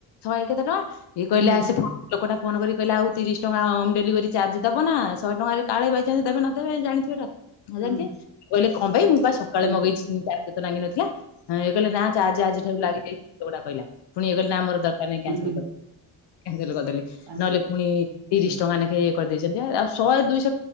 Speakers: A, on the left (about 60°); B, on the right (about 60°).
A: ଶହେ କେତେ ଟଙ୍କା, ଇଏ
B: ହୁଁ
A: କହିଲେ ଆ ସିଏ ଲୋକଟା ଫୋନ୍ କରି କହିଲା, ଆଉ ତିରିଶି ଟଙ୍କା ହୋମ୍ ଡେଲିଭରି ଚାର୍ଜ ଦବ ନା? ଶହେ ଟଙ୍କାରେ କାଳେ ବାଇଚାନସ୍ ଦେବେ ନ ଦେବେ, ଜାଣିଥିବେ ନଜାଣିଥିବେ,
B: ହୁଁ
A: ଇଏ କହିଲେ କଣ ପାଇଁ, ମୁଁ ପା ସକାଳେ
B: ହୁଁ
A: ମଗେଇଚି ଟାକ୍ସ ଏତେ ନାଗିନଥିଲା? ଇଏ କହିଲେ ନା, ଚାର୍ଜ ଆଜିଠାରୁ ଲାଗିଯାଇଚି ଲୋକଟା କହିଲା, ପୁଣି ଇଏ କହିଲେ ନାଆ ମୋର ଦର୍ କହିଲେ ନାଇଁ
B: ହୁଁ
A: କ୍ୟାନ୍ସେଲ କରିଦିଅ, କ୍ୟାନ୍ସେଲ କରିଦେଲେ,
B: ପାଞ୍ଚ
A: ନହେଲେ ପୁଣି ତିରିଶ
B: ହୁଁ
A: ଟଙ୍କା ନେଖେ କରି ଦେଇଚନ୍ତି ଆଉ, ଆଉ ଶହେ ଦୁଇଶ